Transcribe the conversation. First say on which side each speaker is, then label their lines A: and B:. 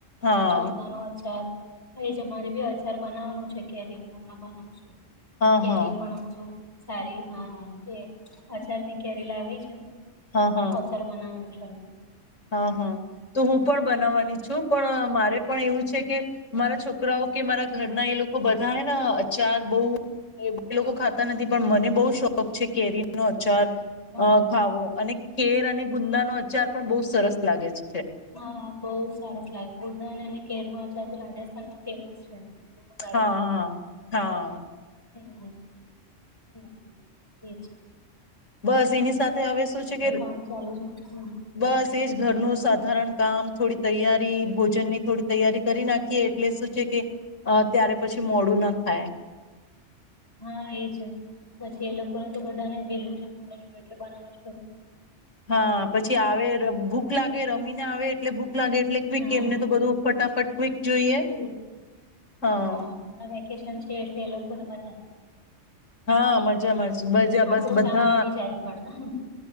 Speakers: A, on the left; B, on the left.
A: હા
B: જોતાનો અ જમારે બી અચાર બનાવાનું છે કેરી ન હમણા બનાવશું.
A: હા
B: કેરી
A: હા
B: પણ છું. સારી હા એ આજાર ની કેરી લાવે છે.
A: હા હા
B: કજાર બનાવ હમ.
A: હા હા તો હું પણ બનાવવાની છું પણ મારે પણ એવું કે મારા છોકરાઓ કે મારા ઘરના એ લોકો બધા હ અચાર બહ એ લોકો ખાતા નથી પણ મને બહ શોખ છે કેરી ન
B: હા
A: ખાવો અને કેર અને ગુંદાનો ગર પણ બ સરસ લાગે છે
B: હા બહુ સરસ લાગે ગુંદાને કેર ન રાજસ્થાન માં ફેમસ છે
A: હા
B: બહુ સારું
A: હા હા
B: હ હા એ છે
A: બસ એની સાથે હવે શું છે કે
B: કામ ચાલુ છે હમ
A: <unintelligible> એજ ઘરનું સાારણ કામ થોડી તૈયારી ભોજનની થોડી તૈયારી કરી નાખીએ એટલે શું છે કે ત્યારે પછી મોડું ના થાય
B: હા એજ પછી એ લોકોને તો બધાને વેલું જમું ન જો એટલે બનાવ જ ખ
A: હા પછી આવે ભૂખ લાગે રમીને આવે એટલે ભૂખ લાગે એટલે ક્વિક
B: હા
A: એમને તો બધું ફટાફટ ક્વિક જોઈએ
B: એ
A: હા
B: હ વેકેશન છે એટલે એ લોકો ને મજા આવે
A: હા મજામાં મજા
B: આવે આપડું
A: બસ બધા
B: કામ વધી જાય પણ